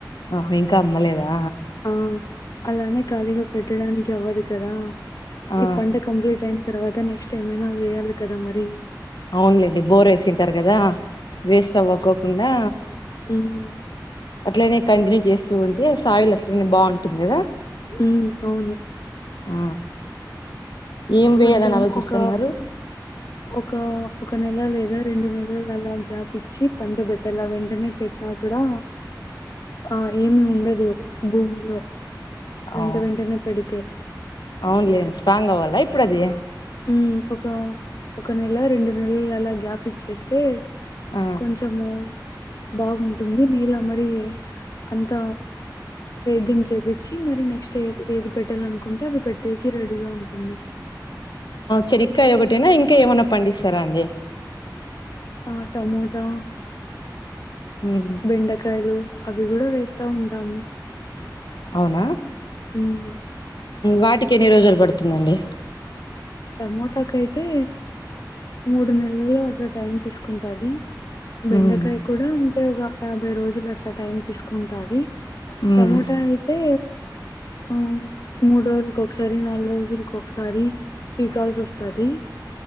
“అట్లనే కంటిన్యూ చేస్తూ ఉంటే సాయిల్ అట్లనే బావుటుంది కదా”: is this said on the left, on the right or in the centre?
Left